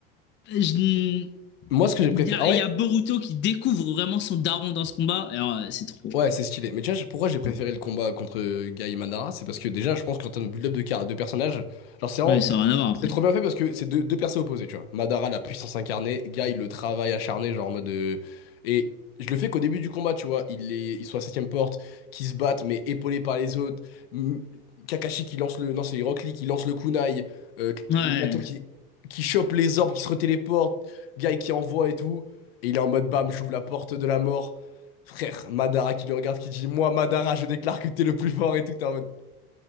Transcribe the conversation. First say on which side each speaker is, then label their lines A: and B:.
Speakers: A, on the left (about 40°); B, on the left (about 80°).
A: Je-
B: moi, ce que j'ai
A: Il
B: préféré.
A: y a,
B: Ah ouais,
A: il y a Boruto qui découvre vraiment son daron dans ce combat. Et Alors, euh, c'est trop.
B: Ouais, c'est stylé. Mais tu vois, je- pourquoi j'ai préféré
A: trop.
B: le combat contre Guy Madara? C'est parce que déjà, je pense qu'en termes de build-up de, car- de personnages, genre, c'est vraiment.
A: Oui, ça n'a rien à voir après.
B: C'est trop bien fait parce que c'est deux, deux persos opposés, tu vois. Madara, la puissance incarnée, Guy, le travail acharné, genre en mode. euh, Et je le fais qu'au début du combat, tu vois. Il est... Ils sont à septième porte, qui se battent, mais épaulés par les autres. M- Kakashi qui lance le. Non, c'est Rock Lee qui lance le kunai. euh,
A: Ouais.
B: Minato qui... qui chope les orbes, qui se retéléporte. Guy qui envoie et tout. Et il est en mode bam, j'ouvre la porte de la mort. Frère, Madara qui le regarde, qui dit Moi, Madara, je déclare que t'es le plus fort et tout. T'es en mode